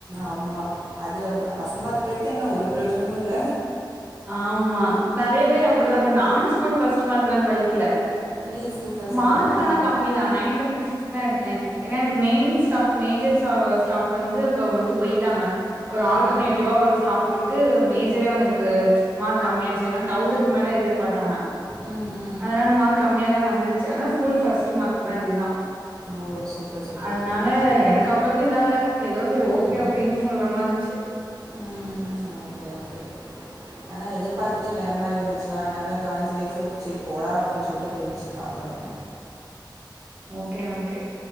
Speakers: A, on the right; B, on the right.
A: ஆமா அது பஸ்ட் மாத்துக்கத்து என்ன ஒரு பிரயோஜனமு இல்ல
B: ஆமா நெறைய பேர் அப்டிதா இப்ப நானு ஸ்கூல் பஸ்ட் மார்க் தா டுவெல்தல
A: ஏ சூப்பர் சூப்பர்
B: மார்க்
A: ஆ
B: ஆனா கம்மி தா நைன் பிப் தா எடுத்தே ஏன்னா எனக்கு மெயின் ஸ்டாப் மெஜர் ஸ்டாப் வந்து போயிட்டாங்க ஒரு
A: ம்
B: ஆல்டர்னேட்டிவா
A: ம்
B: ஒரு ஸ்டாப் போட்டு மேஜரே வந்து எனக்கு மார்க் கம்மியாச்சுனா தௌசண்ட் மேல எதிர்பாத்தாங்க
A: ம் ம்
B: அதுனால மார்க் கம்மிய தா வந்துச்சு ஆனா ஸ்கூல்ஃபஸ்ட் மார்க் தா இதுதா
A: ஓ சூப்பர் சூப்பர்
B: அதுனால
A: ஓகே ஓகே
B: எனக்கு அவ்ளவுக்கு இதா இல்ல ஏதோ செய்ரி
A: ம்
B: ஓகே அப்டின்னு சொல்ற மாதிரி இருந்துச்சு
A: ம் ஓகே ஓகே அத எதிர்பார்த்ததே வேற மாதிரி இருந்துச்சா அத நல்லா காலேஜ் லைப் சரி போடா அப்டினு சொல்லிட்டு போயிடுச்சு அவ்ளோ தா
B: ஓகே ஓகே